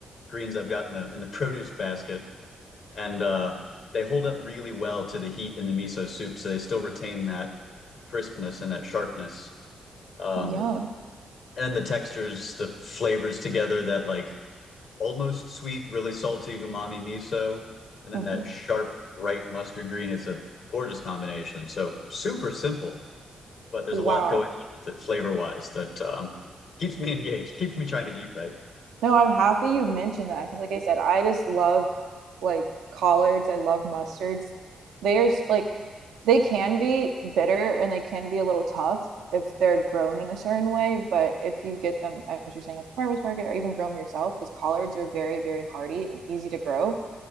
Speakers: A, on the left (about 65°); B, on the right (about 75°).
A: greens I've got in the in the <laughs> produce basket, and uh, they hold up really well to the heat in the miso soup, so they still retain that crispness and that sharpness. Um,
B: Yum.
A: and then the textures, the flavors together that like almost sweet, really salty umami miso, and then
B: hmm
A: that sharp bright mustard green. It's a gorgeous combination. So super simple, but there's
B: Wow.
A: a lot going on with it flavor wise that um, keeps me <laughs> engaged, keeps me trying to eat right.
B: No, I'm happy you mentioned that because, like I said, I just love like collards. I love mustards. They are s- like they can be bitter and they can be a little tough if they're grown in a certain way. But if you get them, as you're saying, at the farmers market or even grow them yourself, because collards are very, very hardy and easy to grow